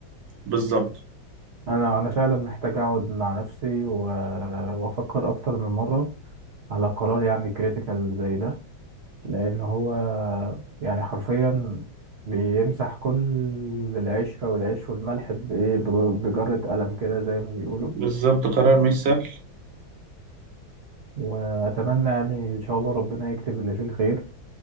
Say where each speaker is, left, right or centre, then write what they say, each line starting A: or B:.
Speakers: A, on the right (about 60°); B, on the right (about 90°).
A: بالظبط
B: انا انا فعلا محتاج اقعد مع نفسي و- وافكر اكتر من مره على قرار يعني كريتيكال زي ده لأن هو يعني حرفيا بيمسح كل العشرة والعيش والملح بإيه بج- بجرة قلم كده زي ما بيقولوا
A: بالظبط قرار مش سهل
B: وأتمنى يعني إن شاء الله ربنا يكتب اللي فيه الخير